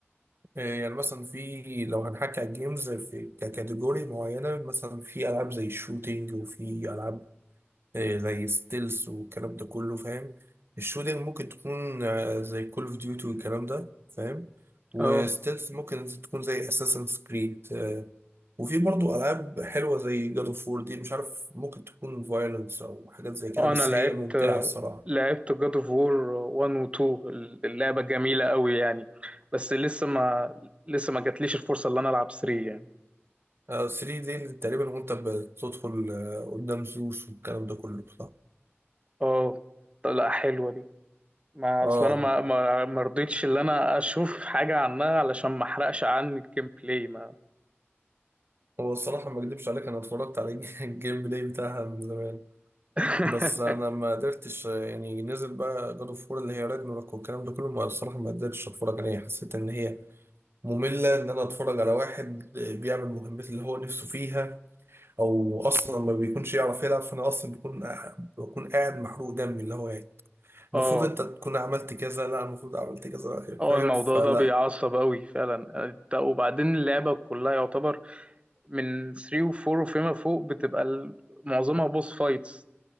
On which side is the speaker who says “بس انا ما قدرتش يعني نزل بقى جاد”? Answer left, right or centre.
Right